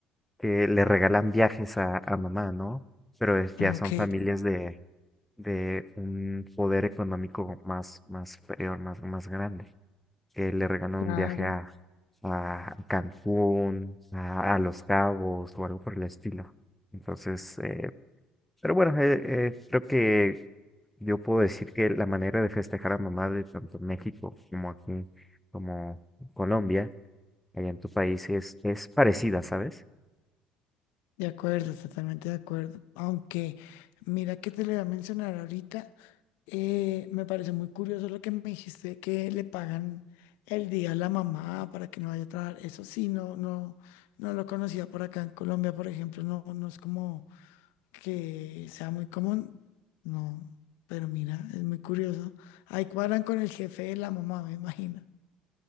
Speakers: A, in the centre; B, on the left.
A: que le regalan viajes a, a mamá, ¿no? Pero es- ya
B: Ah,
A: son
B: Ok,
A: familias de, de un poder económico más, más superior, más, más grande, que le regalan
B: claro.
A: un viaje a, a Cancún, a, a Los Cabos o algo por el estilo. Entonces, eh, pero bueno, eh, eh, creo que yo puedo decir que la manera de festejar a mamá de tanto México como aquí, como Colombia, allá en tu país, es, es parecida, ¿sabes?
B: De acuerdo, totalmente de acuerdo. Aunque, mira que te le voy a mencionar ahorita, eh, me parece muy curioso lo que me dijiste, que le pagan el día a la mamá para que no vaya a trabajar. Eso sí, no, no, no lo conocía por acá en Colombia, por ejemplo, no, no es como que sea muy común. No, pero mira, es muy curioso. Ahí cuadran con el jefe de la mamá, me imagino.